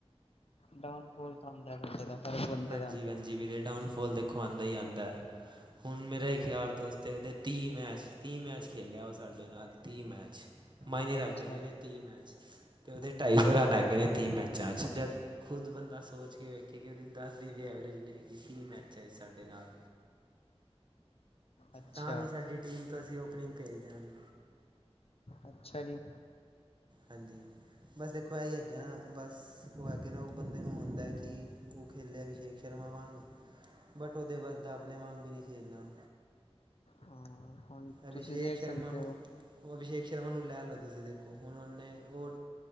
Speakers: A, on the left (about 65°); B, on the right (about 45°).
A: ਡਾਊਨ ਫੋਲ ਤਾਂ ਹਉਂਦਾ ਬੰਦੇ ਦਾ। ਹਰ ਬੰਦੇ
B: ਹਾਂਜੀ
A: ਦਾ ਆਉਂਦਾ
B: ਵੀਰ ਜੀ ਵੀਰੇ ਡਾਊਨ ਫੋਲ ਦੇਖੋ ਆਂਦਾ ਹੀ ਆਂਦਾ। ਹੁਣ ਮੇਰਾ ਇੱਕ ਯਾਰ ਦੋਸਤ ਹੈ ਉਹਦੇ ਤੀਹ ਮੈਚ, ਤੀਹ ਮੈਚ ਖੇਲਿਆ ਉਹ ਸਾਡੇ ਨਾਲ ਤੀਹ ਮੈਚ। ਮਈਨੇ
A: ਹੈ।
B: ਰੱਖਦੇ
A: ਅੱਛਾ
B: ਨੇ ਵੀਰੇ ਉਹਦੇ ਤੀਹ ਮੈਚ ਤੇ ਉਹਦੇ
A: ਹਾਂਜੀ
B: ਢਾਈ ਸੌ ਰਨ ਹੈਗੇਏ ਨੇ ਤੀਹ ਮੈਚਾਂ 'ਚ ਜਦ। ਖੁਦ ਬੰਦਾ ਸੋਚ ਕੇ ਵੇਖੇ ਕਿ ਉਹਦੀ ਦਸ ਦੀ ਵੀ ਐਵਰੇਜ ਨਹੀਂ ਹੈਗੀ ਤੀਹ ਮੈਚਾਂ ਵਿੱਚ ਸਾਡੇ ਨਾਲ।
A: ਅੱਛਾ
B: ਤਾਂ ਵੀ ਸਾਡੀ ਟੀਮ ਤੋਂ ਅਸੀਂ ਉਪਨਿੰਗ ਭੇਜਦੇ ਹਾਂ ਉਹੂੰ।
A: ਅੱਛਾ ਜੀ।
B: ਹਾਂਜੀ, ਬਸ ਦੇਖੋ ਇਹ ਹੀ ਹੈੱਗੇ ਨਾ ਬਸ ਉਹ ਹੈਗੇ ਨਾ ਉਹ ਬੰਦੇ ਨੂੰ ਹੁੰਦੈ ਕਿ। ਉਹ ਖੇਲਿਆ ਅਭਿਸ਼ੇਕ ਸ਼ਰਮਾ ਵਾਂਗ ਬਟ ਉਹਦੇ ਵਸਦਾ ਆਪਣੇ ਵਾਂਗ ਵੀ ਨਹੀਂ ਖੇਲਣਾ।
A: ਹਾਂ ਹੁਣ
B: ਅਭਿਸ਼ੇਕ
A: ਤੁਸੀਂ ਦੇਖ
B: ਸ਼ਰਮਾ
A: ਸਕਦੇ
B: ਹੁ।
A: ਹੋ
B: ਹੁਣ ਅਭਿਸ਼ੇਕ ਸ਼ਰਮਾ ਨੂੰ ਲੈ ਲਓ ਤੁਸੀਂ ਦੇਖੋ। ਹੁਣ ਉਹਨੇ ਉਹ